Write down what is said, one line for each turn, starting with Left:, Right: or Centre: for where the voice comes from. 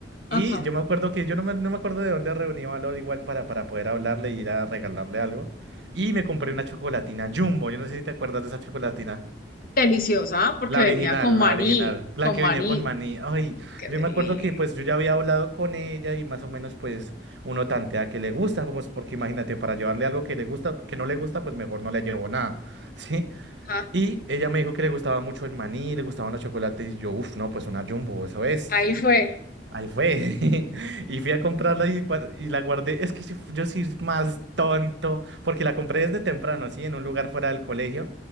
Left: ajá.
Right: Y yo me acuerdo que yo no me, no me acuerdo de dónde reuní valor igual para, para poder hablarle y ir a regalarle algo. Y me compré una chocolatina Jumbo, yo no sé si te acuerdas de esa chocolatina.
Left: Deliciosa, porque
Right: La
Left: venía
Right: original,
Left: con maní,
Right: la original, la
Left: con
Right: que
Left: maní.
Right: venía con maní. Ay,
Left: Qué
Right: yo
Left: delicia.
Right: me acuerdo que pues yo ya había hablado con ella y más o menos pues uno tantea que le gusta, como es porque imagínate, para llevarle algo que le gusta, que no le gusta, pues mejor no le llevo nada, <laughs> ¿sí?
Left: Ah,
Right: Y ella me dijo que le gustaba mucho el maní, le gustaban los chocolates y yo, uff, no, pues una jumbo, eso es, ¿sí?
Left: ahí fue.
Right: Ahí fue. <laughs> Y fui a comprarla y, cua- y la guardé. Es que yo, yo soy más tonto, porque la compré desde temprano, así, en un lugar fuera del colegio,